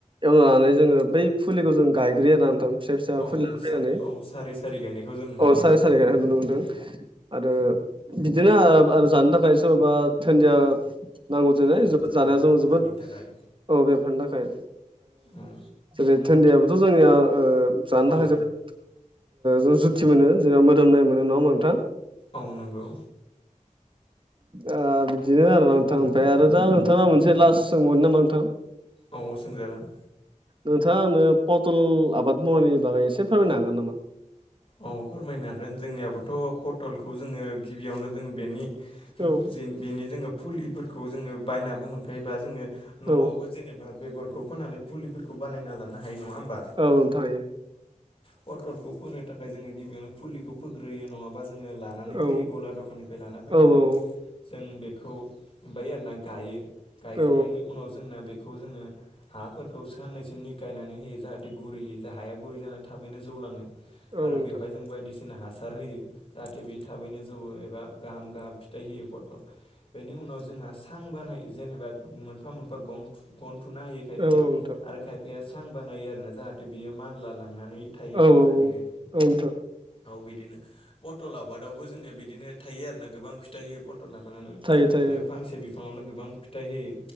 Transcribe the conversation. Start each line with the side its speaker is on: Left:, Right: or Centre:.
Right: एवना लानानै जोङो बै फुलिखौ जों गायग्रोयो आरो ना नोंथां। फिसा फिसा
Left: औ
Right: फुलि लाना फैनानै
Left: औ सारि सारि गायनायखौ जों नुनो
Right: औ
Left: मोनो
Right: सारि सारि गायनायखौ नुनो मोनदों। आरो बिदिनो आरो जानो थाखाय सोरबाबा धोनिया नांगौ जानाय
Left: औ
Right: जोबोद
Left: सोरबा
Right: जानाया
Left: बेफार
Right: जों
Left: फालांगिनि
Right: जोबोद
Left: थाखाय
Right: औ बेफोरनि थाखाय।
Left: औ
Right: जेरै थोनदैयाबोथ' जोंनिया जानो
Left: औ
Right: थाखाय जोबोत जों जुथि मोनो जोंआ मोदोमनाय मोनो नङा होनबा नोंथां।
Left: औ नंगौ।
Right: ओ बिदिनो आरोना नोंथां ओमफ्राय आरो दा नोथाङा मोनसे लास्ट सोंबावनो नामा नोंथां?
Left: औ सोंजागोन।
Right: नोथाङा आंनो पटल आबाद मावनायनि बागै एसे फोरमायनो हागोन नामा?
Left: औ फोरमायनो हागोन जोंनियाबोथ' पटलखौ जोङो गिबियावनो जोङो बेनि
Right: औ
Left: जिन बेनि जोङो फुलिफोरखौ जोङो बायनाबो मोनखायोबा जोङो न'आवबो
Right: औ
Left: जेनेबा बेगरखौ फोनानै फुलिफोरखौ बानायना लानो हायो नङा होमबा?
Right: औ नोंथां हायो।
Left: पटलखौ फोनो थाखाय जोङो गिबियावनो फुलिखौ फोग्रोयो नङाबा जोङो ला लानानै फैयो
Right: औ
Left: गला दखाननिफ्राय लाना फैनानै
Right: औ औ
Left: जों बेखौ ओमफ्राय आरोना गायो। गायखांनायनि
Right: औ
Left: उनाव जोंना बे खौ जोङो हाफोरखौ साननैसो निखायनानै होयो जाहाथे गुरैयै जा हाया गुरै जानानै थाबैनो जौलाङो
Right: औ
Left: आरो
Right: नोंथां
Left: बेवहाय जों बायदिसिना हासार हो जाहाथे बे थाबैनो ज जौवो एबा गाहाम गाहाम फिथाइ होयो पत बेनि उनाव जोंहा सां बानाय जेनेबा मोनफा मोनफा गं गन थुना होयो खायफाया
Right: औ औ नोंथां
Left: आरो खायफाया सां बानायो आरोना जाहाथे बियो मानला लांनानै थायो
Right: औ
Left: मोजाङैनो।
Right: औ औ नोंथां
Left: औ बिदिनो। पथल आबादावबो जोंनिया बिदिनो थायो आरोना गोबां फिथाइ होयो। पट तल आबादानो
Right: थायो थायो
Left: नो फांसे बिफाङावनो गोबां फिथाइ होयो।